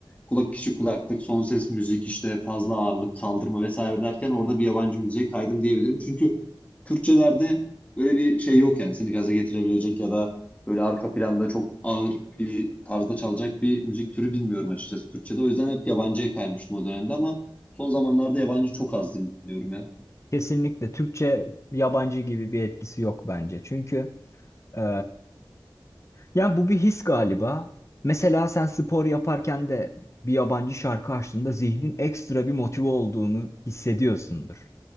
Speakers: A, on the left; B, on the left.
A: kulak içi kulaklık, son ses müzik, işte fazla ağırlık kaldırma vesaire derken orada bir yabancı müziğe kaydım diyebilirim. Çünkü Türkçelerde böyle bir şey yok yani seni gaza getirebilecek ya da böyle arka planda çok ağır bir tarzda çalacak bir müzik türü bilmiyorum açıkçası Türkçede. O yüzden hep yabancıya kaymıştım o dönemde ama son zamanlarda yabancı çok az dinliyorum ya.
B: Kesinlikle Türkçe yabancı gibi bir etkisi yok bence. Çünkü e, Yani bu bir his galiba. Mesela sen spor yaparken de bir yabancı şarkı açtığında zihnin ekstra bir motive olduğunu hissediyorsundur.